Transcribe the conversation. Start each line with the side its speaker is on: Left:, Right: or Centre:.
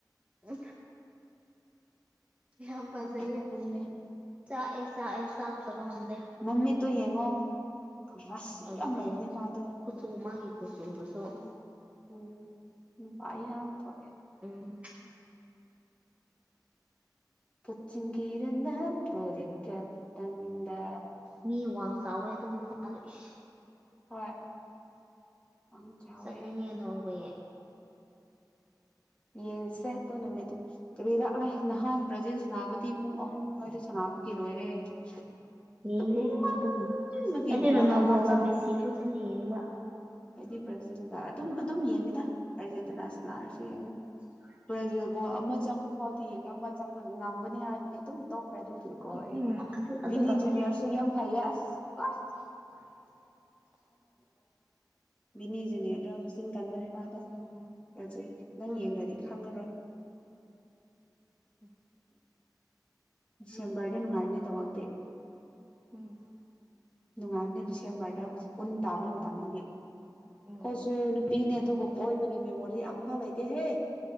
Right: ꯎ ꯌꯥꯝ ꯐꯖꯩꯌꯦ
Left: ꯃꯇꯨꯝ ꯃꯇꯨꯝꯅꯦ
Right: ꯆꯥꯛꯑꯦ ꯆꯥꯛꯑꯦ ꯆꯥꯛꯇꯕ ꯉꯝꯗꯦ
Left: ꯃꯃꯤꯠꯇꯨ ꯌꯦꯡꯉꯣ ꯔꯁꯤ
Right: ꯑꯗꯨꯅꯦ
Left: ꯌꯥꯝ ꯂꯩꯕꯅꯦ ꯃꯥꯗꯣ
Right: ꯀꯨꯆꯨ ꯃꯥꯒꯤ ꯀꯨꯆꯨꯗꯨꯁꯨ
Left: ꯎꯝ ꯎꯝ ꯅꯨꯄꯥꯥ ꯌꯥꯝ ꯊꯣꯛꯑꯦ
Right: ꯎꯝ
Left: ꯀꯆꯤꯡ ꯒꯤꯔꯅ ꯇꯣꯔꯤ ꯒꯠꯇꯪꯗ
Right: ꯃꯤ ꯋꯥꯡ ꯆꯥꯎꯋꯦ ꯑꯗꯨꯝ ꯄꯔ ꯏꯁ
Left: ꯍꯣꯏ ꯑꯝ ꯆꯥꯎꯋꯦ
Right: ꯆꯠꯅꯤꯡꯉꯦ ꯅꯣꯔꯋꯦ
Left: ꯌꯦꯡ ꯁꯦ ꯑꯗꯨ ꯅꯨꯃꯤꯠꯇꯣ ꯀꯔꯤ ꯂꯥꯛꯂ ꯅꯍꯥꯟ ꯕ꯭ꯔꯖꯤ ꯁꯅꯥꯅꯕꯗꯤ ꯄꯨꯡ ꯑꯍꯨꯝ ꯑꯗꯨꯋꯥꯏꯗ ꯁꯥꯟꯅꯕꯒꯤ ꯂꯣꯏꯔꯦ <unintelligible>
Right: ꯌꯦꯡꯗꯦ
Left: ꯇꯨꯝꯅꯤꯡꯃꯟꯕꯒꯤ
Right: ꯍꯥꯏ ꯑꯗꯨꯒꯨꯝꯕ ꯑꯩꯗꯤ
Left: ꯒꯣꯜ
Right: ꯔꯣꯅꯥꯜꯗꯣꯒ
Left: ꯑꯃ ꯆꯪꯕ
Right: ꯃꯦꯁꯤ ꯈꯠꯇꯅꯦ ꯌꯦꯡꯕ
Left: ꯑꯩꯗꯤ ꯕ꯭ꯔꯥꯖꯤꯜꯒ ꯑꯗꯨꯝ ꯑꯗꯨꯝ ꯌꯦꯡꯉꯤꯗ ꯑꯥꯔꯖꯦꯟꯇꯤꯅꯥꯁꯨꯂꯥꯛꯔꯁꯨ ꯌꯦꯡꯉꯦ
Right: <unintelligible>
Left: ꯕ꯭ꯔꯖꯤꯜ ꯒꯣꯜ ꯑꯃ ꯆꯪꯕ ꯐꯥꯎꯗꯤ ꯌꯦꯡꯉꯝꯃ ꯆꯣꯕ ꯉꯝꯒꯅꯤ ꯍꯥꯏꯕꯒꯤ ꯑꯗꯨꯝ ꯇꯣꯛꯈ꯭ꯔꯦ ꯑꯗꯨꯒꯤ ꯒꯣꯜ ꯑꯅꯤ
Right: ꯎꯝ ꯑꯗꯨ ꯑꯗꯨ
Left: ꯕꯤꯅꯤ
Right: ꯇꯧꯋꯦ
Left: ꯖꯨꯅꯤꯌꯔꯁꯨ
Right: ꯑꯩꯁꯨ
Left: ꯌꯥꯝ ꯐꯥꯏꯌꯦ ꯑꯁ ꯄꯥꯁ
Right: <inaudible>
Left: ꯕꯤꯅꯤ ꯖꯨꯅꯤꯌꯔꯗꯣ
Right: ꯎꯝ
Left: ꯃꯆꯤꯟ ꯀꯟꯕ ꯅꯨꯄꯥꯗꯣ
Right: ꯎꯝ
Left: ꯕ꯭ꯔꯖꯤꯜ ꯅꯪ
Right: ꯎꯝ
Left: ꯌꯦꯡꯗ꯭ꯔꯗꯤ ꯈꯪꯉꯔꯣꯏ
Right: ꯎꯝ
Left: ꯗꯤꯁꯦꯝꯕꯥꯔꯗ ꯅꯨꯡꯉꯥꯏꯕꯅꯦ ꯇꯧꯋꯥꯡꯗꯦ
Right: ꯎꯝ
Left: ꯅꯨꯡꯉꯥꯏꯕꯅꯦ ꯗꯤꯁꯦꯝꯕꯔꯗ ꯎꯟ ꯇꯥꯕ ꯃꯇꯝꯗꯒꯤ ꯑꯩꯈꯣꯏꯁꯨ
Right: ꯎꯝ
Left: ꯅꯨꯄꯤꯅꯦ ꯑꯗꯨꯕꯨ ꯀꯣꯏꯕꯒꯤ ꯃꯦꯃꯣꯔꯤ ꯑꯝꯐꯧ ꯂꯩꯇꯦꯍꯦ